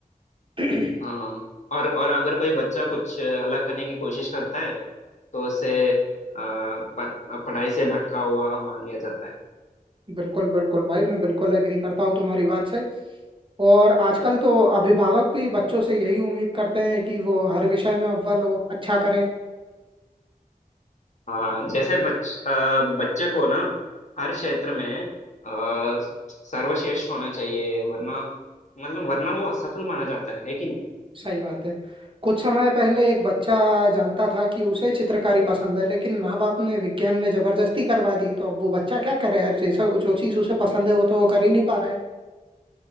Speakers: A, on the right; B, on the left.
A: <clears throat>
B: हाँ और और अगर कोई बच्चा कुछ अलग करने की कोशिश करता है तो उसे अ, पर, पढ़ाई से भटका हुआ मान लिया जाता है
A: बिल्कुल बिल्कुल भाई मैं बिल्कुल एग्री करता हूँ तुम्हारी बात से और आजकल तो अभिभावक भी बच्चों से यही उम्मीद करते हैं कि वो हर विषय में अव्वल हो अच्छा करें
B: हाँ जैसे बच अ, बच्चे को ना हर क्षेत्र में अ, सर्वश्रेष्ठ होना चाहिए वरना मतलब वरना वो असफल माना जाता है है कि नहीं
A: सही बात है कुछ समय पहले एक बच्चा जानता था कि उसे चित्रकारी पसंद है लेकिन माँ बाप ने विज्ञान में जबरदस्ती करवा दी तो अब वो बच्चा क्या करे यार जैसा जो चीज उसे पसंद है वो तो वो कर ही नहीं पा रहा है